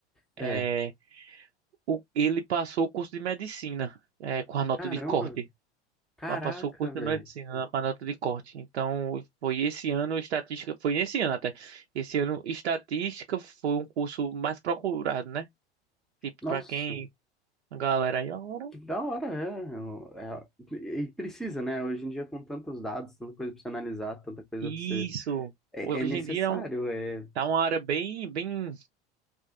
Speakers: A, in the centre; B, on the right.
A: É.
B: é, o, ele passou o curso de medicina, é, com a nota
A: Caramba.
B: de corte
A: Caraca,
B: mas passou o curso
A: velho.
B: de medicina lá com a nota de corte. Então, foi esse ano estatística, foi nesse ano até. Esse ano estatística foi um curso mais procurado, né? Tipo,
A: Nossa.
B: pra quem a galera aí, ora,
A: Que da hora, é, é. E e precisa, né? Hoje em dia, com tantos dados, tanta coisa pra você analisar, tanta coisa
B: isso.
A: pra você. É,
B: Hoje
A: é necessário,
B: em dia é um-
A: é.
B: tá uma área bem, bem,